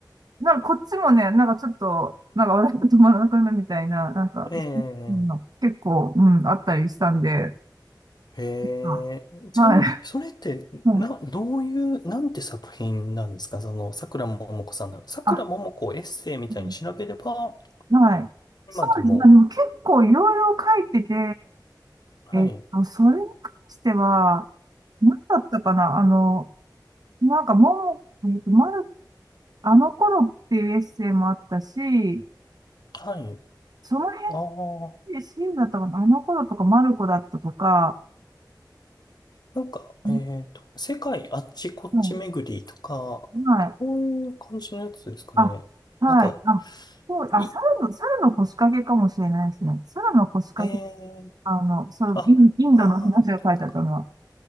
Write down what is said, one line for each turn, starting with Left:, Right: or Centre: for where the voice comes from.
Right: う、なんかこっちもね、なんかちょっと、なんか笑いが止まらなくなるみたいな、なんか、
Left: ええ、
Right: うん結構、うん、あったりしたんで、
Left: へえ、
Right: あ
Left: ちなみに、
Right: はい。
Left: それって、
Right: うん
Left: な、どういう、なんて作品なんですかその、桜ももこさんの。桜ももこをエッセイみたいに調べれば、
Right: あ、うんはい。
Left: 今でも、
Right: そうですね。でも結構いろいろ書いてて、
Left: はい、
Right: えっと、それに関しては、何だったかなあの、なんか、もも、えっと、まるあの頃っていうエッセイもあったし、
Left: はい、
Right: その辺
Left: ああ、
Right: でシールだったかな、あの頃とかマルコだったとか、
Left: なんか、
Right: うん
Left: えっと、世界あっちこっち巡りとか、
Right: うんはい。
Left: こういう感じのやつですかね。
Right: あ、はい。
Left: なんか、
Right: あ、そう、あ、
Left: い、
Right: 猿の、猿の腰掛けかもしれないですね。猿の腰掛け、
Left: えー、
Right: あの、そう、
Left: あ、
Right: イン、インドの話が書いてあったのは。
Left: ああ、これか。